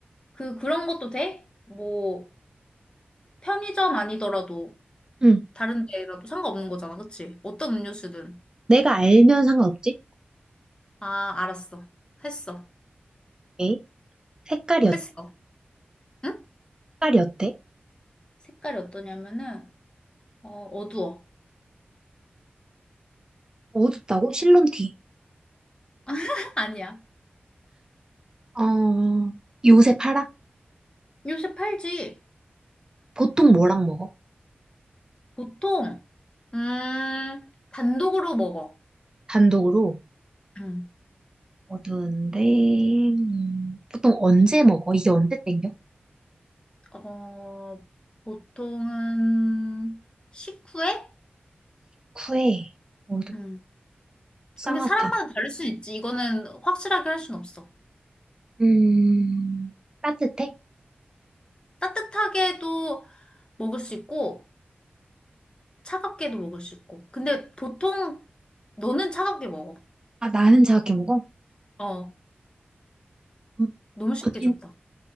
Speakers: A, on the left; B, on the right.
A: 그, 그런 것도 돼? 뭐, 편의점 아니더라도,
B: 응.
A: 다른 데라도 상관없는 거잖아, 그치? 어떤 음료수든.
B: 내가 알면 상관없지?
A: 아, 알았어. 했어.
B: 오케이. 색깔이, 어-
A: 했어. 응?
B: 색깔이 어때?
A: 색깔이 어떠냐면은, 어, 어두워.
B: 어둡다고? 실론티.
A: <laughs> 아니야.
B: 어, 요새 팔아?
A: 요새 팔지.
B: 보통 뭐랑 먹어?
A: 보통, 음, 단독으로 먹어.
B: 단독으로.
A: 음,
B: 어두운데, 음, 보통 언제 먹어? 이게 언제 땡겨?
A: 어, 보통은, 식후에?
B: 쿠에, 어둡,
A: 음. 근데
B: 쌍화탕.
A: 사람마다 다를 수 있지. 이거는 확실하게 할 순 없어.
B: 음, 따뜻해?
A: 따뜻하게도 먹을 수 있고, 차갑게도 먹을 수 있고. 근데 보통 너는 차갑게 먹어.
B: 아, 나는 차갑게 먹어?
A: 어,
B: 음,
A: 너무 쉽게
B: 언니,
A: 줬다.